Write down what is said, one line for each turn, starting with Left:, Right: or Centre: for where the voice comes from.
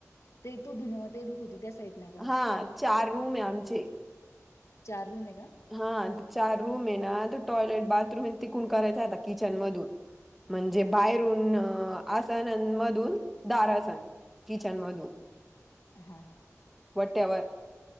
Left: ते तू धुनं ते धुत होती त्या साईड ना का
Centre: हा चार रूम आहे आमचे.
Left: चार रूम एक
Centre: हा चार रूम आहे ना त टॉयलेट बाथरूम आहे तिकून करायचा आता किचन मधून. म्हणजे बाहेरून आसान मधून दारासन. किचन मधून.
Left: हा हा.
Centre: वट्यावर